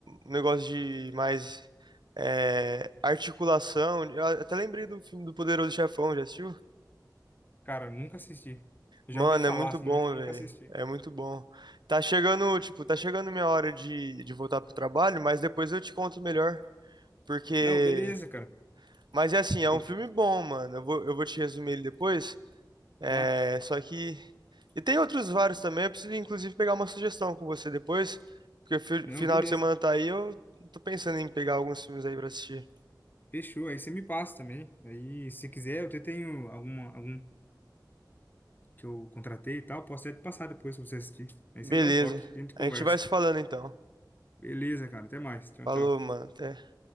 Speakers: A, on the right; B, on the left.
A: Um negócio de. Mais. é, articulação. Eu até lembrei do filme do Poderoso Chefão, já assistiu?
B: cara, nunca assisti. Já
A: Mano,
B: ouvi falar,
A: é muito
B: assim,
A: bom,
B: mas eu nunca
A: velho.
B: assisti.
A: É muito bom. Tá chegando, tipo, tá chegando minha hora de, de voltar pro trabalho, mas depois eu te conto melhor. Porque.
B: Não, beleza, cara.
A: Mas é assim, é
B: Eu
A: um filme
B: te.
A: bom, mano. Eu vou, eu vou te resumir ele depois. É,
B: Tá.
A: só que. E tem outros vários também. Eu preciso, inclusive, pegar uma sugestão com você depois. Porque fi-
B: Não,
A: final
B: beleza.
A: de semana tá aí, eu tô pensando em pegar alguns filmes aí pra assistir.
B: Fechou. Aí você me passa também. Aí, se quiser, eu até tenho alguma, algum que eu contratei e tal. Posso até te passar depois pra você assistir. Aí
A: Beleza.
B: você me dá um toque. A gente
A: A
B: conversa.
A: gente vai se falando então.
B: Beleza, cara. Até mais. Tchau,
A: Falou,
B: tchau.
A: mano. Até.